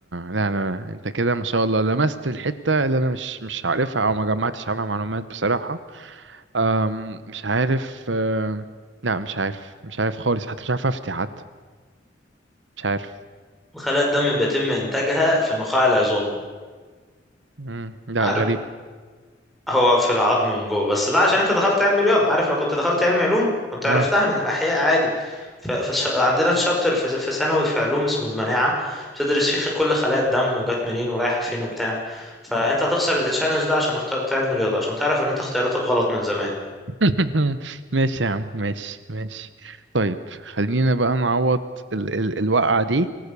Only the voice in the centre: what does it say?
خلايا الدم بيتم إنتاجها في نخاع العظام
عارف
هو في العظم من جوه بس ده عشان انت دخلت علم رياضة عارف لو كنت دخلت علم علوم كنت
عرفتها من الأحياء عادي ف- فش- عندنا تشابتر في في ثانوي في علوم اسمه المناعة بتدرس فيه كل خلايا الدم وجات منين ورايحة فين وبتاع فانت هتخسر التشالنج ده عشان اخترت علم رياضة عشان تعرف ان انت اختياراتك غلط من زمان